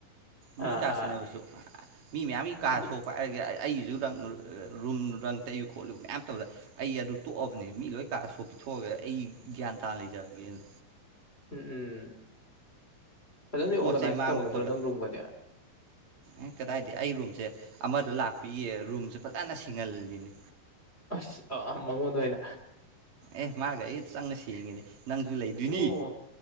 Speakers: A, on the right; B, on the left.
A: ꯃꯤ
B: ꯑꯥ
A: ꯀꯥ
B: ꯑꯥ
A: ꯁꯦꯟꯅꯕꯁꯨ ꯃꯤ ꯃꯌꯥꯝꯒꯤ ꯀꯥ
B: ꯃꯨ-
A: ꯁꯣ ꯄꯥꯏꯔꯒ ꯑ ꯑꯩꯒꯤꯁꯨ ꯇꯪ ꯔ ꯔꯨꯝ ꯔꯪ ꯇꯩꯌꯨ ꯈꯣꯠꯂꯨ ꯃꯌꯥꯝ ꯇꯧꯔ ꯑꯩ ꯑꯗꯨ ꯇꯣꯛꯑꯕꯅꯦ ꯃꯤ ꯂꯣꯏ ꯀꯥ ꯁꯣꯛ ꯄꯤꯊꯣꯛꯑꯒꯦ ꯑꯩ ꯒ꯭ꯌꯥꯟ ꯇꯥꯅ ꯂꯩꯖꯔꯒꯦꯅ
B: ꯎꯝ ꯎꯝ ꯐꯖꯟꯅꯗꯤ ꯑꯣꯔꯒꯅꯥꯏꯁꯇꯤ
A: ꯄꯣꯠ ꯆꯩ ꯃꯥꯡꯕ
B: ꯇꯧꯅꯗ꯭ꯔꯣ
A: ꯈꯣꯠꯄ
B: ꯅꯪ ꯔꯨꯝꯒꯗꯤ
A: ꯑꯦ ꯀꯗꯥꯏꯗꯤ ꯑꯩ ꯔꯨꯝꯁꯦ ꯑꯃꯗꯣ ꯂꯥꯛꯄꯤ ꯔꯨꯝꯁꯦ ꯐꯖꯟꯅ ꯁꯦꯡꯍꯜꯂꯤꯅꯤ
B: ꯑꯁ ꯑꯥ ꯃꯉꯣꯟꯗ ꯑꯣꯏꯅ
A: ꯑꯦ ꯃꯥꯒ ꯑꯩ ꯆꯪꯉ ꯁꯦꯡꯉꯤꯅꯤ ꯅꯪꯖꯨ ꯂꯩꯗꯨꯏꯅꯤ
B: ꯑꯣ